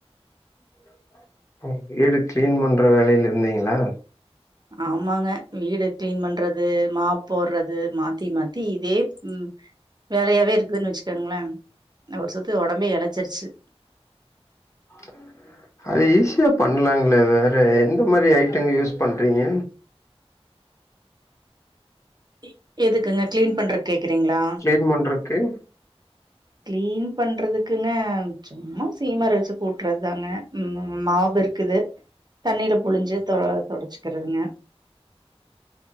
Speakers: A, on the left; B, on the right.
A: <inaudible> ம் வீடு கிளீன் பண்ற வேலையில இருந்தீங்ளா
B: ஆமாங்க வீடு க்ளீன் பண்றது மாப் போர்றது மாத்தி மாத்தி இதே ம் வேலையாவே இருக்குதுன் வச்சுக்கோங்ள நா ஒரு சுத்து ஒடம்பே எளச்சிருச்சு
A: அ அது ஈஸியா பண்லாங்ளே வேற எந்த மாரி ஐட்டங்க யூஸ் பண்றீங்க
B: இ எதுக்குங்க க்ளீன் பண்றக் கேக்குறீங்களா
A: கிளீன் பண்றக்கு
B: க்ளீன் பண்றதுக்குங்க சும்மா சீமர வச்சு கூட்றத்தாங்க மாப் இரு க்குது தண்ணீல புழிஞ்சு தொட தொடச்சுக்குறதுங்க